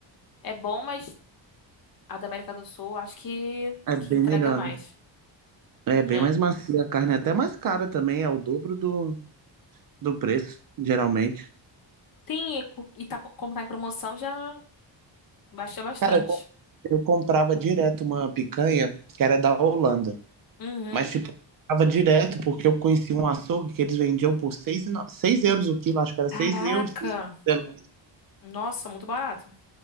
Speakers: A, on the left; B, on the right.
A: é bom, mas a da América do Sul acho que
B: É bem
A: que entrega
B: melhor,
A: mais,
B: né? É bem
A: né?
B: mais macia a carne, é até mais cara também, é o dobro do, do preço, geralmente.
A: Sim, e co- e tá, co- como tá em promoção, já. Baixei bastante.
B: Cara, eu com- eu comprava direto uma picanha que era da Holanda,
A: Uhum.
B: mas tipo, eu comprava direto porque eu conheci um açougue que eles vendiam por seis, e euros o quilo, acho que era
A: Caraca.
B: 6 euros. sei lá.
A: Nossa, muito barato.